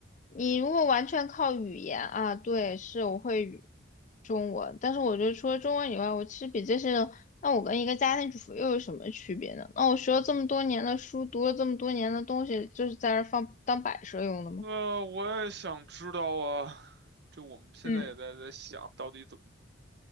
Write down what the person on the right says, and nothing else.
呃，我也想知道啊。<laughs> 这我们现在也在在想，
到底怎么